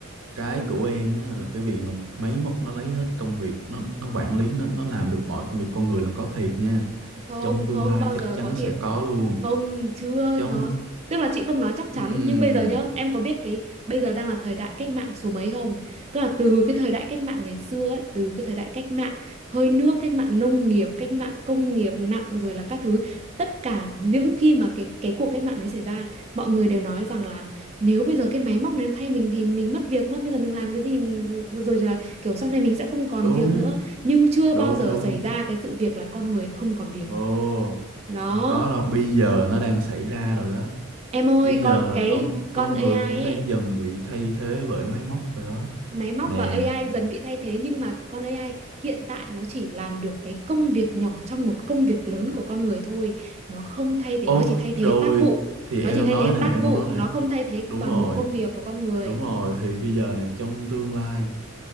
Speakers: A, on the right; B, on the right.
A: cái
B: <laughs>
A: của em á, là cái việc mà máy móc nó lấy hết công việc nó nó quản lý nó nó làm được mọi công việc con người là có thiệt nha
B: không
A: trong
B: không
A: tương lai
B: bao
A: chắc
B: giờ
A: chắn
B: có thiệt
A: sẽ có luôn
B: Không, chưa,
A: trong
B: nó tức là chị không nói chắc chắn
A: ừm,
B: nhưng bây giờ nhá, em có biết cái bây giờ đang là thời đại cách mạng số mấy không? Tức là từ cái thời đại cách mạng ngày xưa ấy, từ cái thời đại cách mạng hơi nước, cách mạng nông nghiệp, cách mạng công nghiệp nặng rồi là các thứ, tất cả những khi mà cái cái cuộc cách mạng đấy xảy ra, mọi người đều nói rằng là nếu bây giờ cái máy móc này nó thay mình thì mình mất việc mất, bây giờ mình làm cái gì mình, rồi là kiểu sau này mình sẽ không còn
A: đúng
B: việc nữa, nhưng chưa
A: đúng
B: bao giờ
A: đúng
B: xảy ra cái sự việc là con người không còn việc.
A: ồ
B: Đó.
A: không có đâu bây giờ nó đang xảy ra rồi đó
B: Em ơi,
A: bây giờ
B: con
A: là
B: cái
A: con
B: con
A: con
B: AI
A: người cũng
B: ấy,
A: đang dần bị thay thế bởi máy móc rồi đó
B: máy móc
A: nè
B: và AI dần bị thay thế nhưng mà con AI hiện tại nó chỉ làm được cái công việc nhỏ trong một công việc lớn của con người thôi. Nó không thay thế,
A: Ô,
B: nó chỉ thay thế
A: rồi
B: tác vụ.
A: thì em
B: Nó chỉ
A: đang
B: thay
A: nói
B: thế tác
A: nè, em
B: vụ,
A: đang nói nè.
B: nó không thay thế
A: Đúng
B: toàn
A: rồi,
B: bộ công việc của con người.
A: đúng rồi. Thì bây giờ nè, trong tương lai,